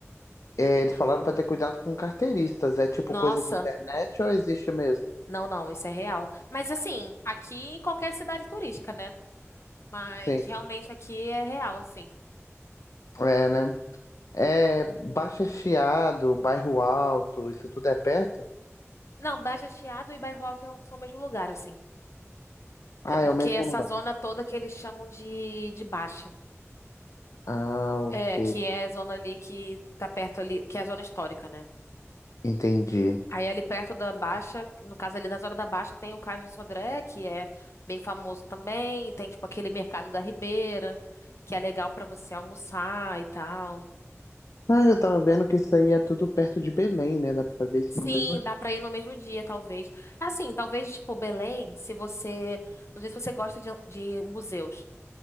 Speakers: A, on the left; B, on the left.
A: É, eles falaram pra ter cuidado com carteiristas. É tipo
B: Nossa,
A: coisa de internet ou existe mesmo?
B: não, não, isso é real. Mas assim, aqui em qualquer cidade turística, né? Mas
A: Sim,
B: realmente aqui é real, assim.
A: é, né? É Baixa Chiado, Bairro Alto, isso tudo é perto?
B: Não, Baixa Chiado e Bairro Alto é o- são o mesmo lugar, assim.
A: Ah,
B: É porque
A: é o mesmo
B: essa
A: lugar.
B: zona toda que eles chamam de, de Baixa.
A: Ah, ok.
B: É, que é a zona ali que tá perto ali, que é a zona histórica, né?
A: Entendi.
B: Aí ali perto da Baixa, no caso ali da zona da Baixa, tem o Cais do Sodré, que é bem famoso também, e tem tipo aquele mercado da Ribeira, que é legal pra você almoçar e tal.
A: Ah, eu tava vendo que isso aí é tudo perto de Belém, né? Dá pra fazer isso
B: Sim,
A: no mesmo.
B: dá pra ir no mesmo dia, talvez. Assim, talvez tipo Belém, se você, não sei se você gosta de, de museus.